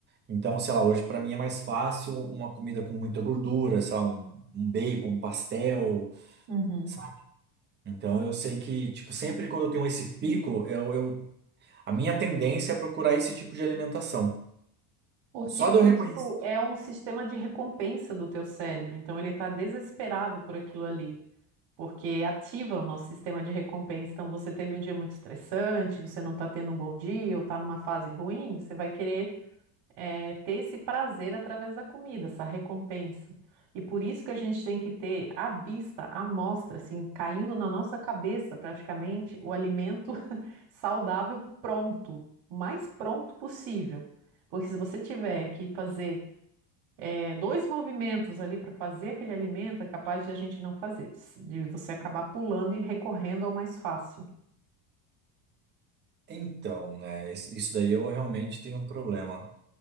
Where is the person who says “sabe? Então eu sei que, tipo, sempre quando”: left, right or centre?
Right